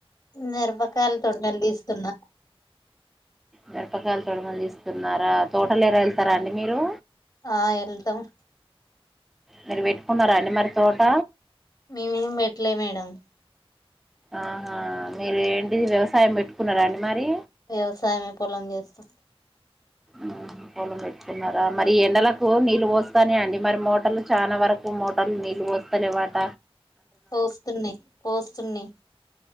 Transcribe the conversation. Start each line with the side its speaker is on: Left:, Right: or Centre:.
Left: నేర్పకాయలు తొండలు తీస్తున్నా
Centre: మిరపకాయలు తొడిమలు తీస్తున్నారా తోటలు ఎర వెళ్తారా అండి మీరు
Left: ఆ ఎల్తమ్
Centre: మరి పెట్టుకున్నారా అండి మరి తోట
Left: మేమేం పెట్టలే మేడం
Centre: ఆహా మీరేంటి వ్యవసాయం పెట్టుకున్నారా అండి మరి
Left: వ్యవసాయమే పొలం చేస్తాం
Centre: మ్ పొలం పెట్టుకున్నారా మరి ఎండలకు నీళ్ళు పోస్ స్తానే అండి మరి మోటార్లు చాలా వరకు మోటార్లు నీళ్ళు పోస్తాలేవాట
Left: పోస్తున్నాయ్ పోస్తున్నాయ్